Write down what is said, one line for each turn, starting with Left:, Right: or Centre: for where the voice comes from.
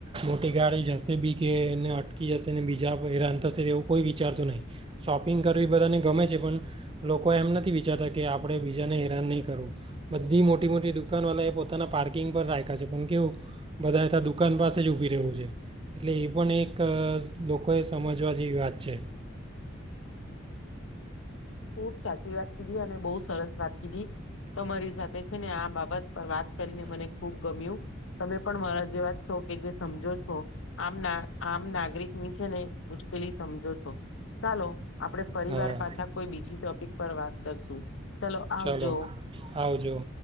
Right: મોટી ગાડી જશે બી કેને અટકી જશે ને બીજા કોઈ હેરાન થશે એવું કોઈ વિચારતું નહીં શોપિંગ કરવી એ બધાને ગમે છે પણ લોકો એમ નથી વિચારતા કે આપણે બીજાને હેરાન નહીં કરવું બધી મોટી મોટી દુકાનવાળાએ પોતાના પાર્કિંગ પર રાખ્યા છે પણ કેવું બધા ત દુકાન પાસે જ ઊભી રહ્યું છે. એટલે એ પણ એક લોકોએ સમજવા જેવી વાત છે.
Left: ખૂબ સાચી વાત કીધી અને બહુ સરસ વાત કીધી તમારી સાથે છે ને આ બાબત પર વાત કરીને મને ખુબ ગમ્યું. તમે પણ મારા જે વાત છો કે જે સમજો છો આમ ના આમ નાગરિક ની છે ને પેલી સમજો છો. ચાલો આપડે ફરી
Right: હા
Left: વાર પાછા બીજી ટોપિક પર વાત કરશું ચલો આવજો.
Right: ચાલો આવજો